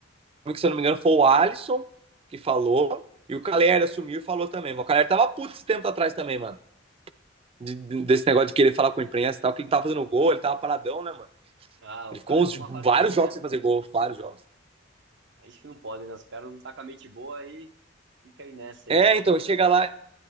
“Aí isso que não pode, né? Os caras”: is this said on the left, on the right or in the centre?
Right